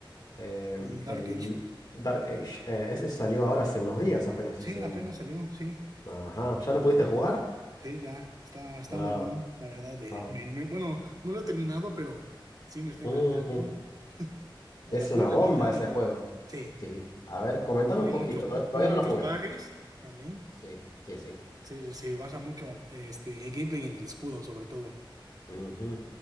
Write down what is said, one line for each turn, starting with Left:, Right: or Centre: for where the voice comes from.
Left: Eh,
Right: el Dark
Left: el
Right: Age.
Left: Dark Age, eh, ese salió ahora hace unos días apenas
Right: Sí,
Left: ese
Right: apenas
Left: Doom.
Right: salió, sí,
Left: Ajá, ¿ya lo pudiste jugar?
Right: sí, ya, está, está
Left: Ah,
Right: muy bien, la verdad. de-
Left: ah.
Right: me- me- bueno, no lo he terminado, pero sí me está
Left: Ujú.
Right: encantando. O
Left: Es
Right: sea,
Left: una
Right: voy a la
Left: bomba
Right: mitad
Left: ese
Right: y ya,
Left: juego.
Right: sí,
Left: Sí, a ver, comentame
Right: tiene
Left: un poquito,
Right: muchos,
Left: to- todavía
Right: tiene muchos
Left: no lo jugué.
Right: pares también.
Left: Sí, sí, sí.
Right: Se, se basa mucho este, el gameplay y en el escudo, sobre todo.
Left: Ujú.